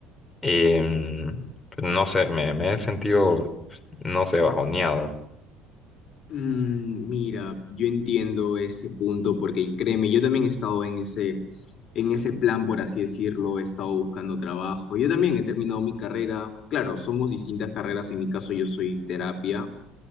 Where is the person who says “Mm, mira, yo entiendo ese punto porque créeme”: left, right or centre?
Left